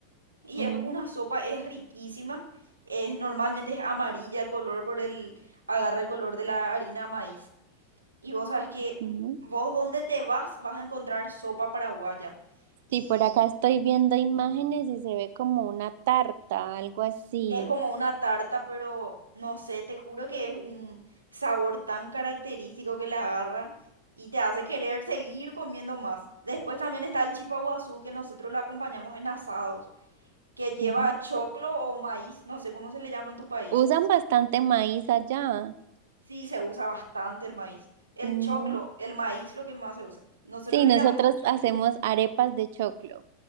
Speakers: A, on the right; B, on the right.
A: y
B: Ujú,
A: es una sopa, es riquísima. Es, normalmente es amarilla el color por el, agarra el color de la harina de maíz. Y vos sabes que
B: ujú.
A: vos donde te vas vas a encontrar sopa paraguaya. Y
B: Sí, por acá estoy viendo imágenes y se ve como una tarta, algo así.
A: es como una tarta, pero no sé, te juro que es un sabor tan característico que la agarra y te hace querer seguir comiendo más. Después también está el chipaguazú, que nosotros la acompañamos en asados, que lleva
B: Ujú.
A: choclo o maíz, no sé cómo se le llama en tu país.
B: Usan bastante maíz allá.
A: Sí, se usa bastante el maíz. El
B: Ujú.
A: choclo, el maíz, lo que más se usa. Nosotros
B: Sí,
A: le
B: nosotros
A: llamamos choclo.
B: hacemos arepas de choclo.